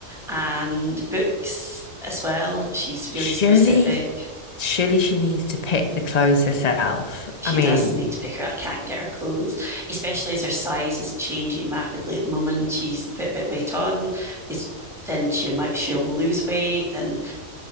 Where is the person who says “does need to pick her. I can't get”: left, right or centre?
Centre